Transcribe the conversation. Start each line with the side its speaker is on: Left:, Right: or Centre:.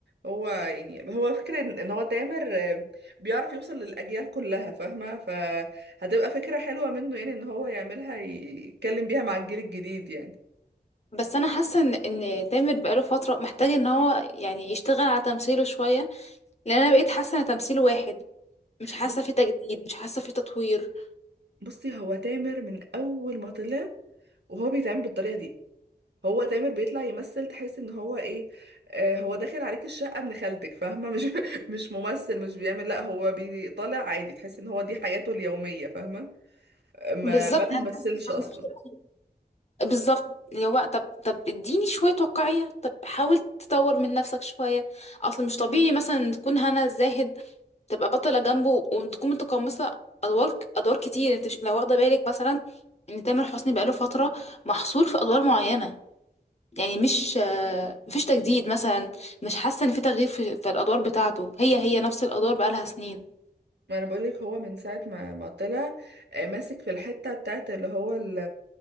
Right: هو يعني هو فكره ان إن هو تامر آه، بيعرف يوصل للاجيال كلها فاهمه فهتبقى فكره حلوه منه يعني ان هو يعملها ي- يتكلم بيها مع الجيل الجديد يعني
Left: بس انا حاسة ان إن تامر بقاله فترة محتاج ان هو يعني يشتغل على تمثيله شوية لان انا بقيت حاسة ان تمثيله واحد مش حاسة
Right: بص-
Left: في تجديد مش حاسة في تطوير
Right: بصي هو تامر من اول ما طلع وهو بيتعامل بالطريقه دي هو تامر بيطلع يمثل تحس ان هو ايه آه، هو داخل عليك الشقه ابن خالتك فاهمه <laughs> مش مش ممثل مش بيعمل لا هو بيطلع عادي تحس ان هو دي حياته اليوميه فاهمه ما
Left: بالظبط
Right: ما
Left: انا
Right: بيمثلش
Left: حاسة-
Right: اصلا
Left: بالظبط اللي هو طب طب اديني شويه واقعيه طب حاول تطور من نفسك شويه اصل مش طبيعي مثلا تكون هنا الزاهد تبقى بطله جنبه وتكون متقمصه ادوار ادوار كتير انت مش لو واخده بالك مثلا ان تامر حسني بقاله فتره محصور في ادوار معينه يعني مش آه، مفيش تجديد مثلا مش حاسه ان في تغيير في, في الادوار بتاعته هي هي نفس الادوار بقالها سنين
Right: ما انا بقولك هو من ساعة ما ما طلع آه، ماسك في الحتة بتاعت اللي هو ال-